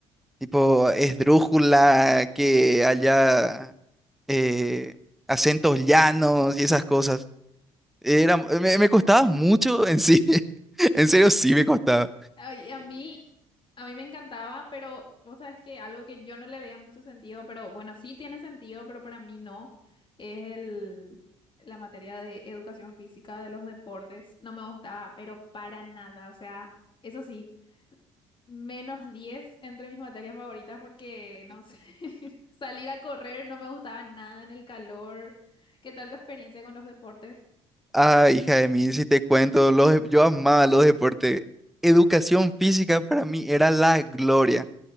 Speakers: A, in the centre; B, on the left.
A: Tipo, esdrújula, que allá eh, acentos llanos y esas cosas. Era, me, me costaba mucho en sí. <laughs> En serio, sí me costaba.
B: Ay, a mí, a mí me encantaba, pero vos sabes que algo que yo no le veía mucho sentido, pero bueno, sí tiene sentido, pero para mí no, es el, la materia de educación física de los deportes. No me gustaba, pero para nada. O sea, eso sí, menos 10 entre mis materias favoritas porque, no sé, <laughs> salir a correr no me gustaba nada en el calor. ¿Qué tal tu experiencia con los deportes?
A: Ah, hija de mí, si te cuento, los, dep- yo amaba los deportes. Educación física para mí era la gloria,